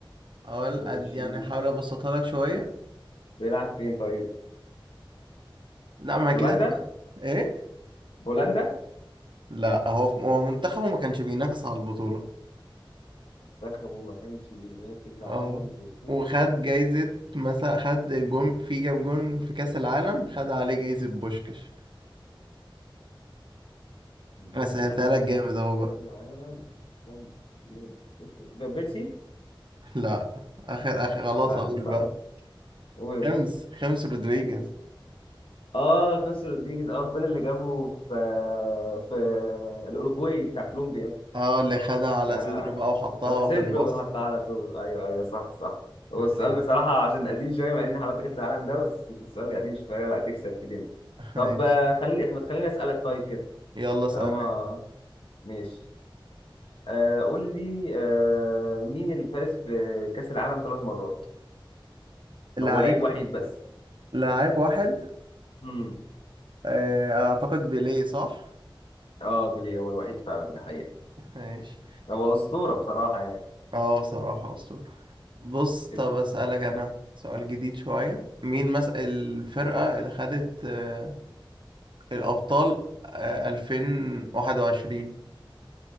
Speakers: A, on the right; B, on the left.
A: اقول
B: ماشي
A: قد يعني احاول ابسطها لك شويه
B: بيلعب فين طيب
A: لا ما هي
B: هولندا
A: كده تبقى ايه
B: هولندا
A: لا هو في- هو منتخبه ما كانش بينافس على البطوله
B: منتخبه ما كانش بينافس على
A: اهو
B: البطولة
A: وخد جايزه مثلا خد الجون في جاب جون في كاس العالم خد عليه جايزه بوشكش
B: كان
A: انا سهلتها
B: في العالم
A: لك جامد
B: قبل
A: اهو بقى
B: كأس العالم كان- بينافس. فان بيرسي
A: لا اخر اخر خلاص
B: لا
A: اقول
B: مش صعبة
A: بقى
B: قول يا باشا
A: خمس خمس رودريجيز
B: اه خانسو رودريجيز اه الجون اللي جابه في في الاوروجواي بتاع كولومبيا
A: اه اللي خدها على
B: آه
A: صدره بقى وحطها
B: السيدرو
A: في النص
B: حتى على طول ايوه ايوه صح صح هو
A: ماشي
B: السؤال بصراحه عشان قديم شويه مع ان حضرتك كاس العالم ده بس السؤال قديم شويه لا تكسب في دي طب
A: ماشي.
B: آه، خليني ما تخليني اسالك طيب كده
A: يلا اسألني
B: طالما
A: انت.
B: ماشي آه قول لي آه مين اللي فاز بكاس العالم ثلاث مرات
A: لعيب
B: هو لعيب وحيد بس
A: لعيب واحد
B: امم
A: آه، اعتقد بيليه صح
B: اه بيليه هو الوحيد فعلا ده حقيقه
A: ماشي
B: هو اسطوره بصراحه يعني
A: اه بصراحة أسطورة بص
B: لسه
A: طب أسألك أنا سؤال جديد شوية مين مس الفرقة اللي خدت آه، الأبطال آه، ألفين واحد وعشرين